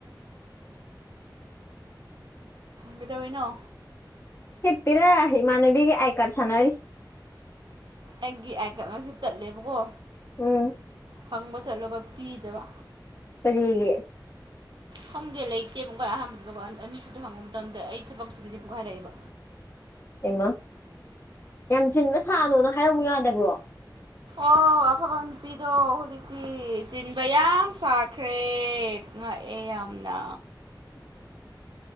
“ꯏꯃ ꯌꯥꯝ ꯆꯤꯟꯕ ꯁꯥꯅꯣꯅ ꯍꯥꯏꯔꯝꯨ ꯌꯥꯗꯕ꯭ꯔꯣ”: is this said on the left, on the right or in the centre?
Left